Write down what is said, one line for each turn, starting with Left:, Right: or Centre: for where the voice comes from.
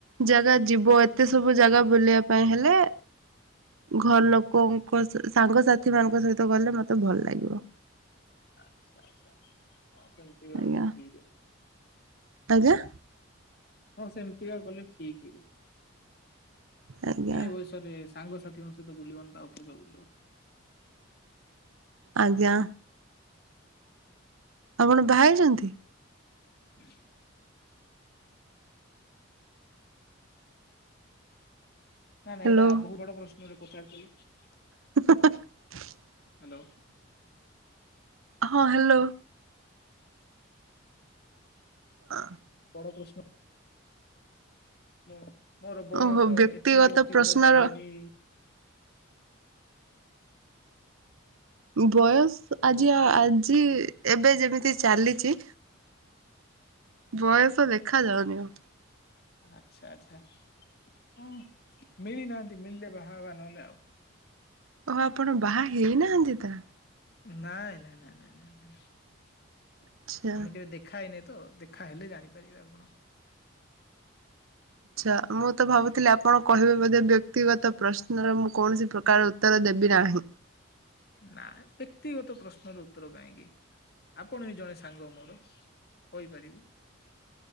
Right: ଜାଗା ଯିବ ଏତେ ସବୁ ଜାଗା ବୁଲିବା ପାଇଁ ହେଲେ ଘର ଲୋକଙ୍କ ସ ସାଙ୍ଗସାଥି ମାନଙ୍କ ସହିତ ଗଲେ ମତେ ଭଲ ଲାଗିବ।
Left: ଆଚ୍ଛା ଆଚ୍ଛା ହଉ ସେମିତି କା
Right: ଆଜ୍ଞା
Left: ଗଲେ ଠିକ।
Right: ଆଜ୍ଞା।
Left: ହଁ ସେମିତିକା ଗଲେ ଠିକ।
Right: ଆଜ୍ଞା
Left: ଏଇ ବୟସ ରେ ସାଙ୍ଗସାଥିଙ୍କ ସହିତ ବୁଲିବନି ତ ଆଉ କେବେ ବୁଲିବ।
Right: ଆଜ୍ଞା। ଆପଣ ବାାହା ହେଇଛନ୍ତି।
Left: <inaudible> ନା ନା
Right: ହ୍ୟାଲୋ
Left: ଏଇଟା ବହୁତ ବଡ ପ୍ରଶ୍ନ ଟେ ପଚାରିଦେଲ।
Right: <inaudible>
Left: ହ୍ୟାଲୋ।
Right: ହଁ ହ୍ୟାଲୋ। ହ।
Left: ବଡ଼ ପ୍ରଶ୍ନ ହଁ। ମୋର ବୟସ
Right: ଓହୋ ବ୍ୟକ୍ତିଗତ
Left: ଏତେ ବି ଅତିକ୍ରମ
Right: ପ୍ରଶ୍ନର
Left: ହେଇନି।
Right: ବୟସ ଆଜି
Left: ହଁ
Right: ଆଜି ଏବେ ଯେମିତି ଚାଲିଛି ବୟସ ଦେଖା ଯାଉନି ଆଉ।
Left: ଆଚ୍ଛା ଆଚ୍ଛା। ହ ମିଳିନାହାନ୍ତି ମିଳିଲେ ବାହା ହେବା ନହେଲେ ଆଉ।
Right: ଓ ଆପଣ ବାହା ହେଇନାହାନ୍ତି ତା
Left: ନାଇଁ ନାଇଁ ନାଇ ନାଇଁ
Right: ଆଚ୍ଛା।
Left: ଆମେ କେବେ ଦେଖ ଦେଖା ହେଇନି ତ ଦେଖା ହେଲେ ଜାଣିପାରିବେ ଆପଣ।
Right: ଆଚ୍ଛା ମୁଁ ତ ଭାବୁଥିଲି ଆପଣ କହିବେ ବୋଧେ ବ୍ୟକ୍ତିଗତ ପ୍ରଶ୍ନର ମୁଁ କୌଣସି ପ୍ରକାର ଉତ୍ତର ଦେବି ନାହିଁ।
Left: ନା ବ୍ୟକ୍ତିଗତ ପ୍ରଶ୍ନର ଉତ୍ତର କାଇଁକି ଆପଣ ବି ଜଣେ ସାଙ୍ଗ ମୋର କହିପାରିବି।